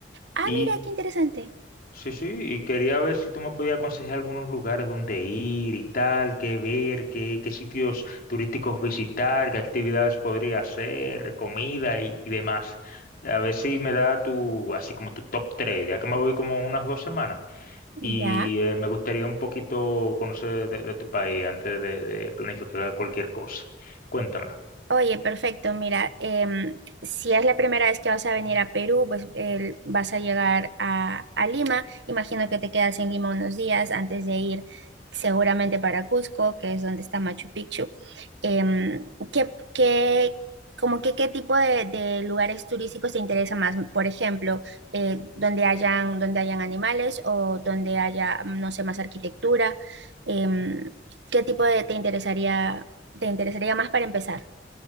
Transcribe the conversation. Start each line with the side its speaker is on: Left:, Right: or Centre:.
Right: Ah,
Left: Y
Right: mira, qué interesante.
Left: sí, sí, y quería ver si tú me podías aconsejar algunos lugares donde ir y tal, qué ver, qué, qué sitios turísticos visitar, qué actividades podría hacer, comida y, y demás. A ver si me da tu, así como tu top 3, ya que me voy como unas dos semanas. Y
Right: Ya.
Left: eh, me gustaría un poquito conocer de, de tu país antes de, de planificar cualquier cosa. Cuéntamelo.
Right: Oye, perfecto. Mira, em, si es la primera vez que vas a venir a Perú, pues el- vas a llegar a, a Lima. Imagino que te quedas en Lima unos días antes de ir seguramente para Cusco, que es donde está Machu Picchu. Em, ¿qué, qué- como que qué tipo de, de lugares turísticos te interesa más? Por ejemplo, eh, donde hayan, donde hayan animales o donde haya, no sé, más arquitectura. Em, ¿qué tipo de te interesaría, te interesaría más para empezar?